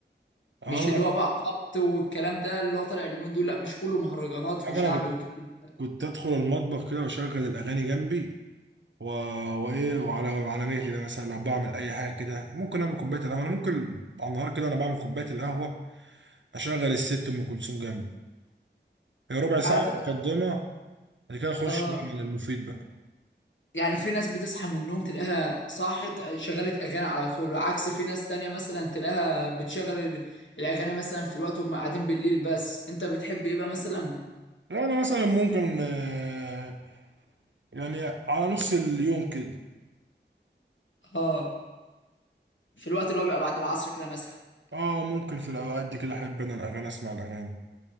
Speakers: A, on the right; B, on the left.
A: اه
B: مش
A: أنا
B: اللي هو بقى خبط والكلام ده اللي هو طالع اليومين دول لا مش كله مهرجانات
A: عارف
B: وشعب
A: أنا كنت
B: والكلام ده
A: كنت أدخل المطبخ كده وأشغل الأغاني جنبي و... وإيه وعلى على مهلي بقى مثلا لو بعمل أي حاجة كده ممكن أعمل كوباية القهوة أنا ممكن على النهار كده أنا بعمل كوباية القهوة أشغل الست أم كلثوم جنبي هي ربع ساعة
B: على فكره
A: مقدمة بعد كده أخش
B: اه
A: بقى على المفيد بقى
B: يعني في ناس بتصحى من النوم تلاقيها صاحت شغلت اغاني على طول عكس في ناس تانية مثلا تلاقيها بتشغل ال- الاغاني مثلا في الوقت وهم قاعدين بالليل بس انت بتحب ايه بقى مثلا
A: انا مثلا ممكن آه، يعني على نص اليوم كده
B: اه في الوقت اللي هو بيبقى بعد العصر كده مثلا
A: اه ممكن في الاوقات دي كده احب انا الاغاني اسمع الاغاني